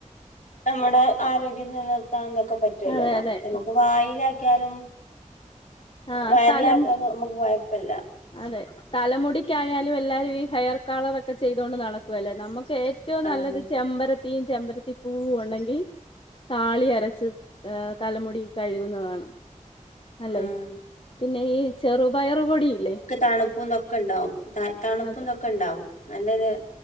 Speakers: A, on the left (about 70°); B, on the left (about 40°).
A: നമ്മുടെ ആരോഗ്യം നിലനിർത്താന്നൊക്കെ പറ്റും. പറ്റോല്ലോ
B: അതെ അതെ അതെ
A: നമുക്ക് വായിലാക്കിയാലും
B: ആഹ്
A: വയറില
B: തലമു
A: നമുക്ക് കൊയ് പ്പല്ലാ.
B: അതെ തലമുടിക്കായാലും എല്ലാവരും ഈ ഹെയർ കളർ ഒക്കെ ചെയ്തൊണ്ട് നടക്കുവല്ലേ നമുക്ക് ഏ ഏറ്റവും
A: ആഹ്
B: നല്ലത് ചെമ്പരത്തിയും ചെമ്പരത്തി പൂവും ഒള്ളെങ്കിൽ താളി അരച്ച് ഏ തലമുടി കഴുകുന്നതാണ്. അല്ലെ
A: ആഹ്
B: പിന്നെ ഈ ചെറുപയറുപൊടിയില്ലേ?
A: തണുപ്പുംതൊക്കെണ്ടാവും തണുപ്പുംതൊക്കെണ്ടാവും
B: അതെ
A: നല്ലരു